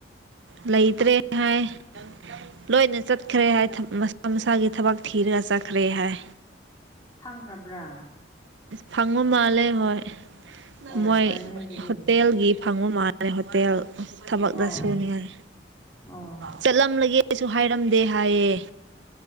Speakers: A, on the right; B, on the left.
A: ꯂꯩꯇ꯭ꯔꯦ꯫ <unintelligible> ꯂꯣꯏꯅ ꯆꯠꯈ꯭ꯔꯦ ꯍꯥꯏ ꯃꯁꯥ ꯃꯁꯥꯒꯤ ꯊꯕꯛ ꯊꯤꯔꯒ ꯆꯠꯈ꯭ꯔꯦ ꯍꯥꯏ
B: ꯐꯪꯈ꯭ꯔꯕ꯭ꯔꯥ
A: ꯐꯕ ꯃꯥꯜꯂꯦ ꯍꯣꯏ
B: ꯑꯣ
A: ꯃꯣꯏ
B: ꯐꯩꯅꯦ ꯑꯗꯨꯗꯤ
A: ꯍꯣꯇꯦꯜ ꯒꯤ ꯐꯪꯕ ꯃꯥꯜꯂꯦ ꯍꯣꯇꯦꯜ ꯊꯕꯛꯇ
B: ꯑꯣ
A: ꯁꯨꯅꯤꯉꯥꯏ
B: ꯑꯣ
A: ꯆꯠꯂꯝꯂꯒꯦ ꯀꯩꯁꯨ ꯍꯥꯏꯔꯝꯗꯦ ꯍꯥꯏꯌꯦ